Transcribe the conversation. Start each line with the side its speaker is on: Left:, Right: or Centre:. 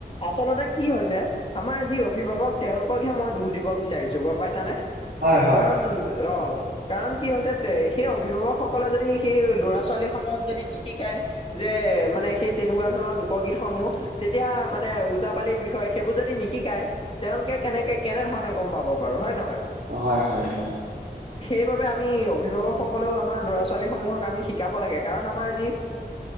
Left: আচলতে কি হৈছে আমাৰ যি অভিভাৱক তেওঁলোককহে মই দুখ দিব বিচাৰিছোঁ‌, গম পাইছানে?
Right: হয় হয়
Left: কাৰণ, অ'। কাৰণ কি হৈছে তে সেই অভিভাৱকসকলে যদি সেই ল'ৰা-ছোৱালী সমূহক যদি নিশিকায় যে মানে সেই তেনেকুৱা তেনে ধৰণৰ লোকগীতসমূহ, তেতিয়া মানে ওজাপালিৰ বিষয়ে, সেইবোৰ যদি নিশিকায় তেওঁলোকে কেনেকে কেনেধৰণে গম পাব বাৰু হয় নহয়?
Right: হয়-হয়।
Left: <inaudible> সেইবাবে আমি অভিভাৱকসকলেও আমাৰ ল'ৰা-ছোৱালীসমূহক আমি শিকাব লাগে, কাৰণ আমাৰ যি